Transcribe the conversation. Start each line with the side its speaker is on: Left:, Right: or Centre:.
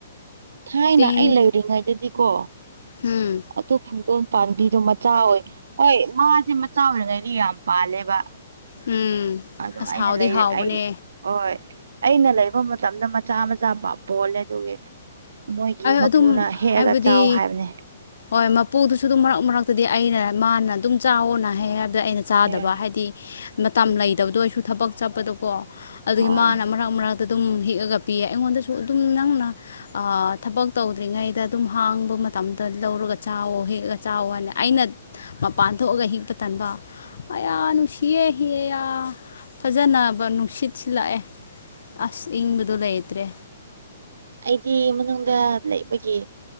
Right: ꯊꯥꯏꯅ
Left: ꯇꯤꯟ
Right: ꯑꯩ ꯂꯩꯔꯤꯉꯩꯗꯗꯤꯀꯣ
Left: ꯎꯝ
Right: ꯑꯇꯣ ꯐꯨꯡꯇꯣꯟ ꯄꯥꯝꯕꯤꯗꯣ ꯃꯆꯥ ꯑꯣꯏ ꯍꯣꯏ ꯃꯥꯁꯦ ꯃꯆꯥ ꯑꯣꯏꯔꯤꯉꯩꯗꯤ ꯌꯥꯝ ꯄꯥꯜꯂꯦꯕ
Left: ꯎꯝ
Right: ꯑꯗꯣ
Left: ꯑꯁ
Right: ꯑꯩꯅ
Left: ꯍꯥꯎꯗꯤ
Right: ꯂꯩ
Left: ꯍꯥꯎꯕꯅꯦ
Right: ꯑꯩ ꯑꯣꯏ ꯑꯩꯅ ꯂꯩꯕ ꯃꯇꯝꯗ ꯃꯆꯥ ꯃꯆꯥ ꯄ ꯄꯣꯜꯂꯦ ꯑꯗꯨꯒꯤ ꯃꯣꯏꯒꯤ ꯃꯄꯨꯅ
Left: ꯑꯗꯨꯝ
Right: ꯍꯦꯛꯑꯒ
Left: ꯍꯥꯏꯕꯗꯤ
Right: ꯆꯥꯎ ꯍꯥꯏꯕꯅꯦ꯫
Left: ꯍꯣꯏ ꯃꯄꯨꯗꯨꯁꯨ ꯑꯗꯨꯝ ꯃꯔꯛ ꯃꯔꯛꯇꯗꯤ ꯑꯩꯅ ꯃꯥꯅ ꯑꯗꯨꯝ ꯆꯥꯑꯣꯅ ꯍꯥꯏꯑꯦ ꯑꯗ ꯑꯩꯅ ꯆꯥꯗꯕ
Right: ꯍꯣꯏ
Left: ꯍꯥꯏꯗꯤ ꯃꯇꯝ
Right: ꯎꯝ
Left: ꯂꯩꯇꯕꯗꯣ ꯑꯩꯁꯨ ꯊꯕꯛ ꯆꯠꯄꯗꯣꯀꯣ ꯑꯗꯨꯒꯤ
Right: ꯍꯣꯏ
Left: ꯃꯥꯅ ꯃꯔꯛ ꯃꯔꯛ ꯑꯗꯨꯝ ꯍꯦꯛꯑꯒ ꯄꯤꯌꯦ ꯑꯩꯉꯣꯟꯗꯁꯨ ꯑꯗꯨꯝ ꯅꯪꯅ ꯑꯥ ꯊꯕꯛ ꯇꯧꯗ꯭ꯔꯤꯉꯩꯗ ꯑꯗꯨꯝ ꯍꯥꯡꯕ ꯃꯇꯝꯗ ꯂꯧꯔꯒ ꯆꯥꯋꯣ ꯍꯦꯛꯑꯒ ꯆꯥꯎꯋꯣꯅ ꯑꯩꯅ ꯃꯄꯥꯟ ꯊꯣꯛꯑꯒ ꯍꯦꯛꯄ ꯇꯟꯕ ꯑꯌꯥ ꯅꯨꯡꯁꯤꯌꯦ ꯍꯤꯑꯦ ꯌꯥ ꯐꯖꯅꯕ ꯅꯨꯡꯁꯤꯠ ꯁꯤꯜꯂꯛꯑꯦ ꯑꯁ ꯏꯪꯕꯗꯣ ꯂꯩꯇ꯭ꯔꯦ꯫
Right: ꯑꯩꯗꯤ ꯃꯅꯨꯡꯗ ꯂꯩꯕꯒꯤ